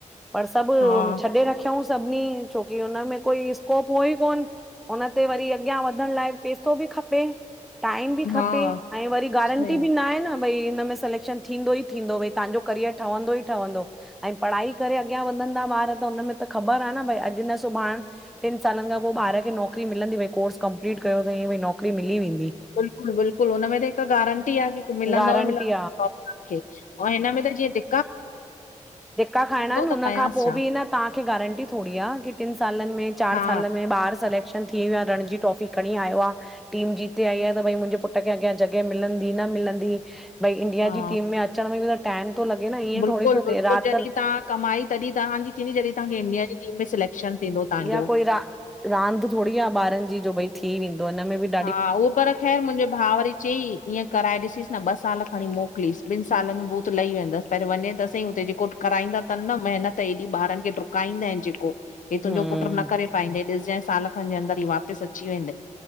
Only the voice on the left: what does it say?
हा
हा
सही
बिल्कुलु बिल्कुलु हुन में त हिक गारंटी आ की हिकु मिलंदव
मिलंदव जॉब हुनन खे ऐं हिन में त जीअं द
त कयांसि
छा
हा
हा
बिल्कुलु
बिल्कुलु
जडि्हिं तव्हां कमाई तडि्हिं तहांजी थींदी जडि्हिं तव्हांखे इंडिया जी टीम में सलेक्शन थींदो। तव्हांजो
हा उहो पर ख़ैर मुंहिंजे भा वरी चयईं ईअं कराए ॾिसीस न ॿ साल खणीं मोकिलीसि ॿिनि सालनि में भूत लही वेंदसि पहिरीं वंञे त सहीं हुते जेको कराईंदा तन न मेहिनत एॾी ॿारनि खे डु्काईंदा इनि जेको हे
तुंहिंजो पुट्र न करे पाईंदइ ॾिसॼएं साल खनि जे अंदरि ई वापसि अची वेंदइ।